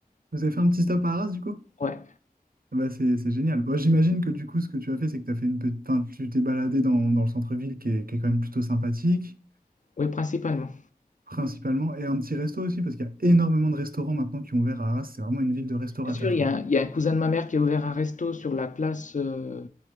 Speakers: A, on the right; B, on the left.
A: Vous avez fait un petit stop à Arras, du coup?
B: Ouais,
A: Ah Bah c'est c'est génial. Bon, j'imagine que du coup, ce que tu as fait, c'est que t'as fait une petite... enfin, tu t'es baladé dans, dans le centre-ville qui est, qui est quand même plutôt sympathique,
B: ouais, principalement.
A: principalement, et un petit resto aussi, parce qu'il y a énormément de restaurants maintenant qui ont ouvert à Arras. C'est vraiment une ville de restaurateurs,
B: Bien sûr, il
A: quoi.
B: y a, un il y a un cousin de ma mère qui a ouvert un resto sur la place, euh,